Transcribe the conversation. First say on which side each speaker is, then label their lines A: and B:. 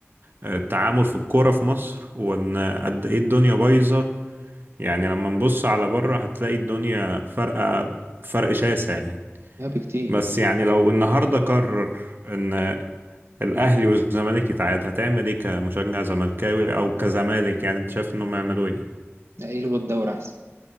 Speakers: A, on the right (about 50°); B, on the right (about 65°).
A: التعامل في الكورة في مصر وإن قد إيه الدنيا بايظة يعني لما نبص على بره هتلاقي الدنيا فرقة فرق شاسع يعني
B: لا بكتير
A: بس يعني لو النهاردة قرر إن الأهلي والزمالك يتعاد هتعمل إيه كمشجع زملكاوي أو كزمالك يعني أنت شايف إنهم يعملوا إيه؟
B: لا يلغوا الدوري احسن